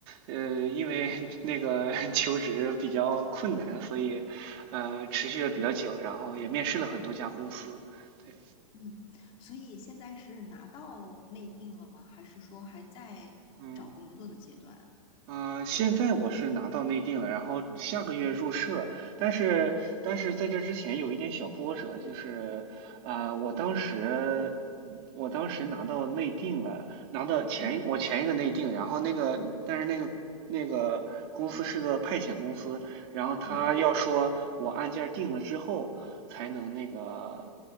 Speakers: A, on the right (about 40°); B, on the left (about 30°).
A: 呃，因为 <laughs> 那个 <laughs> 求职比较困难，所以呃持续了比较久，
B: 嗯
A: 然后也面试了很多家公司，对，
B: 嗯，所以现在是拿到内定了吗？还是说还在找工作的阶段？
A: 嗯。啊，现在我是拿到内定了，然后下个月入社，但是但是在这之前有一点小波折，就是啊、我当时我当时拿到内定了，拿到前一我前一个内定，
B: 嗯
A: 然后那个但是那个那个公司是个派遣公司，然后他要说我案件定了之后才能那个
B: 嗯，